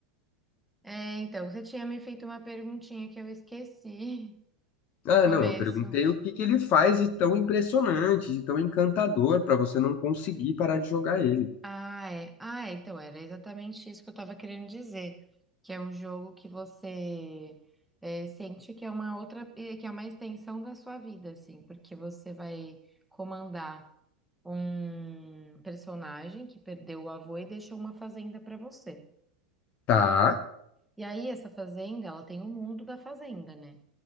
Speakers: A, in the centre; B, on the left (about 40°).
A: é, então, você tinha me feito uma perguntinha que eu esqueci <laughs> no
B: Ah,
A: começo.
B: não, eu perguntei o que que ele faz de tão impressionante, de tão encantador pra você não conseguir parar de jogar ele.
A: Ah, é. Ah, é. Então, era exatamente isso que eu tava querendo dizer. Que é um jogo que você é, sente que é uma outra, eh, que é uma extensão da sua vida, assim, porque você vai comandar um personagem que perdeu o avô e deixou uma fazenda pra você.
B: Tá?
A: E aí, essa fazenda, ela tem o mundo da fazenda, né?